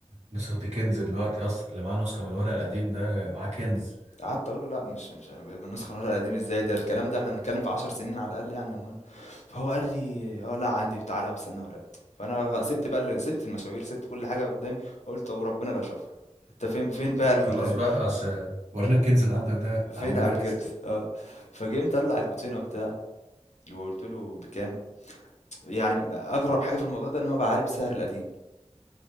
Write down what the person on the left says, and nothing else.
قعدت اقول له لا مش مش النسخه من الورق القديم ازاي ده الكلام ده احنا بنتكلم في 10 سنين على الاقل يعني يا مهند فهو قال لي اه لا عندي تعالى واستنى وراك فانا سبت بقى ال- سبت المشاوير سبت كل حاجه قدامي وقلت وربنا لا اشوفها انت فين فين بقى ال-
فين
يا
عم جرجس اه فجه مطلع الكوتشينه وبتاع وقلت له بكام يعني أغرب حاجة في الموضوع ده إن هو باع عليه بسعر القديم،